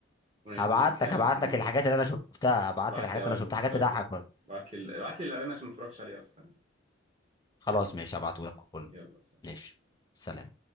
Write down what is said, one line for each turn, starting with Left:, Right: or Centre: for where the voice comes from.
Right: ونتكلم
Left: هبعت لك هبعت
Right: في الموضوع
Left: لك الحاجات اللي انا شفتها هبعت
Right: ابعت
Left: لك الحاجات
Right: لي أه
Left: اللي
Right: البوستات
Left: انا شفتها حاجات تضحك والله.
Right: ابعت لي ابعت لي الإعلان عشان ما اتفرجش عليه أصلا
Left: خلاص ماشي هبعته لك كله
Right: يلا سلام
Left: ماشي سلام